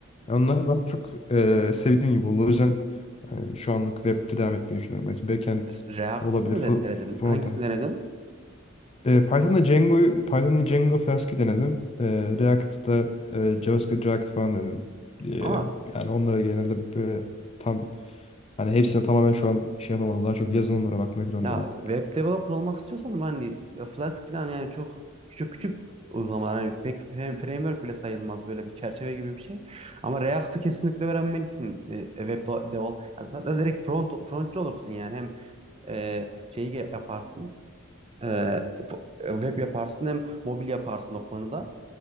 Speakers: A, on the left; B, on the right.
A: Yani Onlar daha çok e, sevdiğim gibi oldu. O yüzden e, şu anlık web'de devam etmeyi düşünüyorum. Belki backend
B: React
A: olabilir,
B: mı
A: fr-
B: de- denedin?
A: front'a.
B: Hangisini denedin?
A: E, Python'da Django'yu, Python'da Django Flask'i denedim. E, React'da e, JavaScript React falan denedim. E,
B: Ama
A: yani onlara genelde böyle tam hani hepsine tamamen şu an şey yapamadım. Daha çok yazılımlara bakmayı planlıyorum.
B: Ya web developer olmak istiyorsan hani e, Flask falan yani çok küçük küçük uygulamalar hani pek fre- framework bile sayılmaz böyle bir çerçeve gibi bir şey. Ama React'ı kesinlikle öğrenmelisin. E, e, web developer. ya zaten direkt front frontçı olursun yani hem e, şeyi ge- yaparsın. e, fo- e, web yaparsın hem mobil yaparsın o konuda.